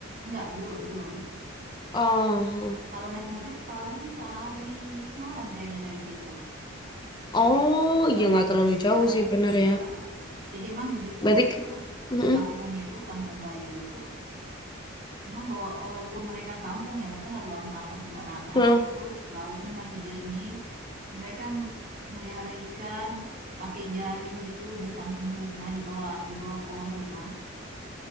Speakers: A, on the right; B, on the left.
A: nggak, belum, belum.
B: Oh,
A: Kalau naik mobil paling sehari semalam kayaknya dari situ.
B: oh iya
A: Oh, naik
B: nggak terlalu
A: bis
B: jauh
A: ya.
B: sih bener
A: Iya.
B: ya.
A: Jadi emang di situ
B: Berarti, mm-mm.
A: di kampung itu, Kampung Bajo itu emang bahwa walaupun mereka kampung ya mereka nggak buang sampah sembarangan,
B: Nah,
A: terus lautnya masih jernih. Mereka melihara ikan pakai jaring gitu di samping rumah, di bawah di bawah kolong rumah.